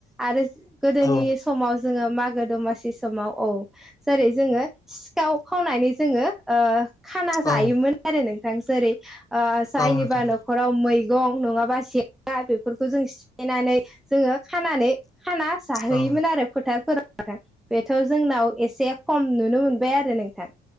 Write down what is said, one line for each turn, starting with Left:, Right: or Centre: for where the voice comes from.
Centre: आरो गोदोनि
Left: औ
Centre: समाव जोङो मागो दमासि समाव औ जेरै जोङो सिखाव खावनानै जोङो ओ खाना जायोमोन
Left: औ
Centre: आरो नोंथां जेरै ओ जायनिबा
Left: औ नोंथां औ नोंथां
Centre: न'खराव मैगं नङाबा से्रा बेफोरखौ जों सिफायनानै जोङो खानानै खाना जाहोयोमोन
Left: औ
Centre: आरो फोथारफोराव बेथ' जोंनाव एसे खम नुनो मोनबाय आरो नोंथां